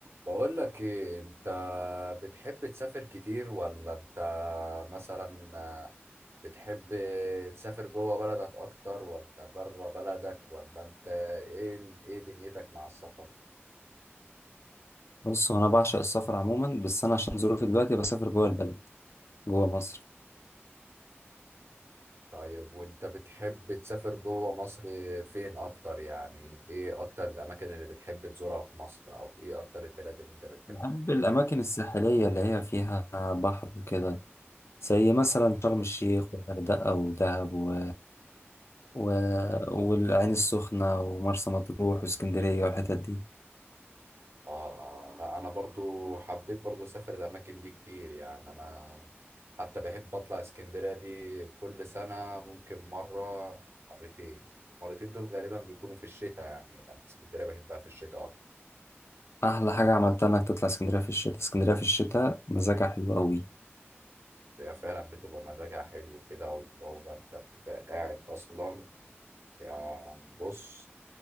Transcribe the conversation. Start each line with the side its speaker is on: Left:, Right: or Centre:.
Right: بقول لك ايه انت بتحب تسافر كتير ولا انت مثلا بتحب تسافر جوه بلدك اكتر ولا بره بلدك ولا انت ايه ايه دنيتك مع السفر
Left: بص هو انا بعشق السفر عموما بس انا عشان ظروفي دلوقتي بسافر جوه البلد جوه مصر
Right: طيب وانت بتحب تسافر جوه مصر فين اكتر يعني ايه اكتر الاماكن اللي بتحب تزورها في مصر او ايه اكتر البلاد اللي انت بتحب
Left: بحب الاماكن الساحليه اللي هي فيها بحر وكده زي مثلا شرم الشيخ والغردقه ودهب و... و... والعين السخنه ومرسى مطروح واسكندريه والحتت دي
Right: اه آه، لا انا برضو حبيت برضو اسافر الاماكن دي كتير يعني انا حتى بحب اطلع اسكندرية دي كل سنة ممكن مرة مرتين المرتين دول غالبا بيكونوا في الشتاء يعني لان اسكندرية بحبها في الشتاء اكتر
Left: احلى حاجه عملتها انك تطلع اسكندريه في الشتاء اسكندريه في الشتاء مزاجها حلو قوي
Right: هي فعلا بتبقى مزاجها حلو كده والجو انت بتبقى قاعد اصلا يعني بص